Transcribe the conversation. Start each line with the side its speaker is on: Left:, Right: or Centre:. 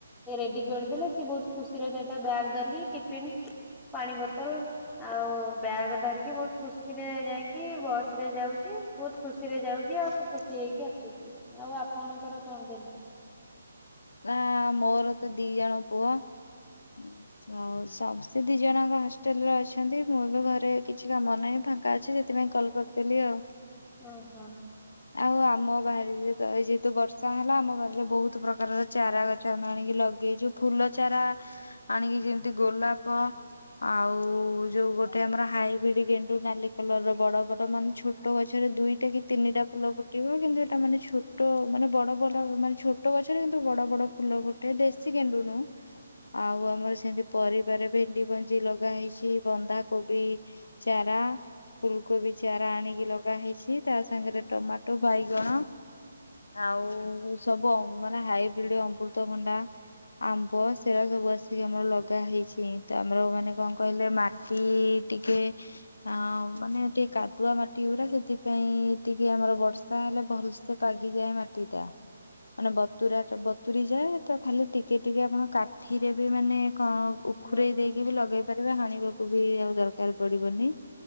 Centre: ରେଡି କରିଦେଲେ ସିଏ ବହୁତ ଖୁସିର ସହିତ ବ୍ୟାଗ୍ ଧରିକି ଟିଫିନ, ପାଣି ବୋତଲ। ଆଉ ବ୍ୟାଗ ଧରିକି ବହୁତ ଖୁସିରେ ଯାଇଁକି ବସ ରେ ଯାଉଛି। ବହୁତ ଖୁସି ରେ ଯାଉଛି ଆଉ ଖୁସି ହେଇକି ଆସୁଛି, ଆଉ ଆପଣଙ୍କର କଣ କେମିତି?
Left: ଆ ମୋର ତ ଦି ଜଣ ପୁଅ। ଆଉ <unintelligible> ଦି ଜଣଙ୍କ ହଷ୍ଟେଲ ରେ ଅଛନ୍ତି ମୁଁ ଏବେ ଘରେ କିଛି କାମ ନାହିଁ ଫାଙ୍କା ଅଛି ସେଥିପାଇଁ କଲ କରିଦେଲି ଆଉ।
Centre: ଓ ହୋ।
Left: ଆଉ ଆମ ବାରିରେ ତ ଏ ଯେହେତୁ ବର୍ଷା ହେଲା ଆମ ବାରିରେ ବହୁତ ପ୍ରକାରର ଚାରା ଗଛ ଆମେ ଆଣିକି ଲଗେଇଚୁ ଫୁଲ ଚାରା ଆଣିକି ଯେମିତି ଗୋଲାପ ଆଉ ଯୋଉ ଗୋଟେ ଆମର ହାଇବ୍ରିଡ ଗେଣ୍ଡୁ ନାଲି କଲର ର ବଡ ବଡ ମାନେ ଛୋଟ ଗଛରେ ଦୁଇ କି ତିନିଟା ଫୁଲ ଫୁଟିବ କିନ୍ତୁ ଏଟା ମାନେ ଛୋଟ ମାନେ ବଡ ବଡ ମାନେ ଛୋଟ ଗଛରେ ବଡ ବଡ ଫୁଲ ଫୁଟେ ଦେଶୀ ଗେଣ୍ଡୁ ନୁ ଆଉ ଆମର ସେମତି ପରିବାରେ ଭେଣ୍ଡି ଭଞ୍ଜି ଲଗା ହେଇଛି ବନ୍ଧାକୋବି। ଚାରା। ଫୁଳକୋବି ଚାରା ଆଣିକି ଲଗା ହେଇଛି ତା ସାଙ୍ଗରେ ଟମାଟୋ, ବାଇଗଣ। ଆଉ ସବୁ ମାନେ ହାଇବ୍ରିଡ ଅମୃତଭଣ୍ଡା। ଆମ୍ବ <unintelligible> ସବୁ ଆସିକି ଆମର ଲଗା ହେଇଛି ତ ଆମର ମାନେ କଣ କହିଲେ ମାଟି ଟିକେ ଆଁଉ ମାନେ ଟିକେ କାଦୁଆ ମାଟି ଗୁରା ସେଥିପାଇଁ ଟିକେ ଆମର ବର୍ଷା ହେଲେ ଭଲ ସେ ପାଗିକିଆ ମାଟି ଟା ମାନେ ବତୁରା ବତୁୁରି ଯାଏ ତ ଖାଲି ଟିକେ ଟିକେ ଆପଣ କାଠିରେ ବି ମାନେ କଣ ଉଖୁରେଇ
Centre: ଓହୋ
Left: ଦେଇକି ବି ଲଗେଇ ପାରିବ ହାଣିବାକୁ ବି ଆଉ ଦରକାର ପଡିବନି।